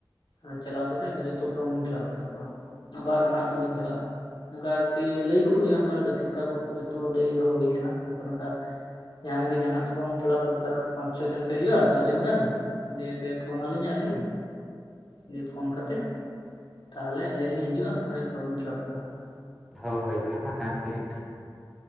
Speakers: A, on the left; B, in the centre.
A: ᱟᱨ ᱪᱟᱞᱟᱣ ᱠᱟᱛᱮᱫ ᱟᱫᱚ ᱡᱚᱛᱚ ᱯᱷᱚᱨᱚᱢ ᱞᱤᱧ ᱯᱷᱤᱞᱟᱯ ᱠᱟ ᱛᱟᱠᱚᱣᱟ, ᱟᱵᱟᱨ ᱦᱟᱱᱟ ᱟᱹᱛᱩ ᱞᱤᱧ ᱪᱟᱞᱟᱜᱼᱟ ᱾ ᱚᱝᱠᱟ ᱟᱨᱠᱤ ᱞᱟᱹᱭ ᱟᱠᱚ ᱦᱩᱭᱩᱜᱼᱟ ᱚᱝᱠᱟ ᱜᱟᱛᱮ ᱠᱚᱲᱟ ᱠᱚ ᱡᱷᱚᱛᱚ ᱞᱟᱹᱭ ᱫᱚᱦᱚ ᱦᱩᱭ ᱠᱟᱱᱟ ᱱᱚᱝᱠᱟ ᱱᱚᱝᱠᱟ, ᱡᱟᱦᱟᱸ ᱜᱮ ᱡᱟᱦᱟᱸᱱᱟᱜ ᱯᱷᱚᱨᱚᱢ ᱯᱷᱤᱞᱟᱯ ᱫᱚᱨᱠᱟᱨ ᱯᱟᱸᱪ ᱪᱷᱚ ᱡᱚᱱ ᱯᱮ ᱦᱩᱭᱩᱜᱼᱟ ᱫᱚᱥ ᱡᱚᱱ ᱜᱟᱱ, <unintelligible> ᱯᱷᱳᱱᱟ ᱞᱤᱧ ᱟᱹᱞᱤᱧᱼᱼ ᱫᱤᱭᱮ ᱯᱷᱳᱱ ᱠᱟᱛᱮᱫ ᱛᱟᱦᱚᱞᱮ ᱟᱹᱞᱤᱧ ᱞᱤᱧ ᱦᱤᱡᱩᱜᱼᱟ, ᱚᱸᱰᱮ ᱯᱷᱚᱨᱚᱢ ᱞᱤᱧ ᱯᱷᱤᱞᱟᱯ ᱴᱷᱚᱠᱟᱜᱼᱟ ᱾
B: ᱦᱳᱭ ᱚᱱᱟ ᱢᱟ ᱠᱟᱱ ᱜᱮ ᱾